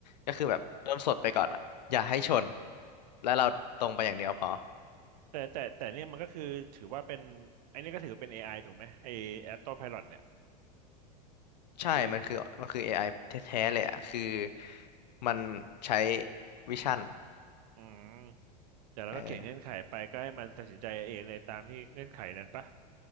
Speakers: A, on the left; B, on the right.
A: ก็คือแบบเริ่มสดไปก่อนอะอย่าให้ชนแล้วเราตรงไปอย่างเดียวพอ
B: แต่แต่แต่เนี่ยมันก็คือถือว่าเป็นไอ้นี่ก็ถือเป็น AI ถูกไหมไอ้ Auto Pilot เนี่ย
A: ใช่มันคือมันคือ
B: คือ
A: AI แท้ๆเลยอะคือมันใช้วิชั่น
B: อืมแต่เราก็เขียนเงื่อนไขไปก็ให้มันตัดสินใจเองในตามที่เงื่อนไขนั้นปะ
A: เออ